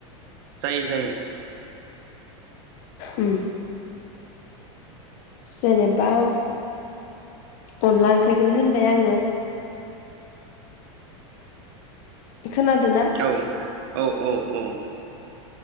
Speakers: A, on the right; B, on the left.
A: जायो जायो।
B: उम जेनेबा अनला ओंख्रिखोनो होनबाय आङो। खोनादो ना?
A: औ औ औ। औ।